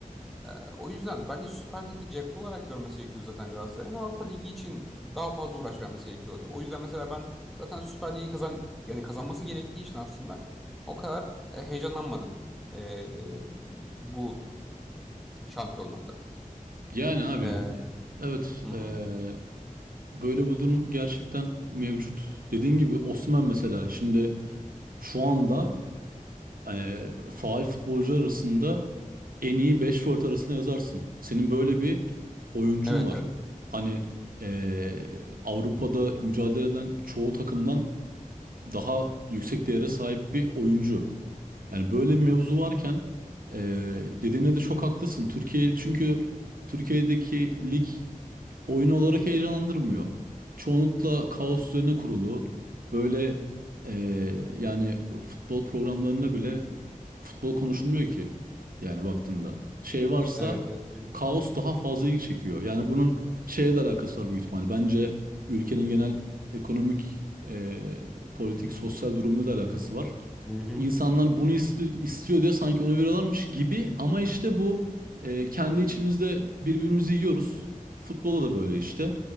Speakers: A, in the centre; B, on the right.
A: Ee, o yüzden bence Süper Lig'i cepte olarak görmesi gerekiyordu zaten Galatasaray'ın. Avrupa Ligi için daha fazla uğraş vermesi gerekiyordu. O yüzden mesela ben zaten Süper Lig'i kazan yani kazanması gerektiği için aslında o kadar e, heyecanlanmadım e, bu şampiyonlukta.
B: Yani abi
A: E,
B: Ya. evet
A: hı hı.
B: eee, böyle bir durum gerçekten mevcut. Dediğin gibi Osimhen mesela şimdi şu anda e, faal futbolcular arasında en iyi 5 forvet arasında yazarsın. Senin böyle bir oyuncun
A: Evet
B: var.
A: evet.
B: Hani e, Avrupa'da mücadele eden çoğu takımdan daha yüksek değere sahip bir oyuncu. Yani böyle bir mevzu varken e, dediğine de çok haklısın. Türkiye çünkü Türkiye'deki lig oyun olarak heyecanlandırmıyor. Çoğunlukla kaos üzerine kurulu. Böyle eee, yani futbol programlarında bile futbol konuşulmuyor ki. Yani baktığında. Şey varsa
A: Evet evet. öyle.
B: kaos daha fazla ilgi çekiyor. Yani bunun şeyle de alakası var büyük ihtimalle. Bence ülkenin genel ekonomik, eee, politik, sosyal durumuyla da alakası var.
A: Hı hı.
B: İnsanlar bunu isti- istiyor diye sanki onu veriyorlarmış gibi ama işte bu e, kendi içimizde birbirimizi yiyoruz. Futbola da böyle işte.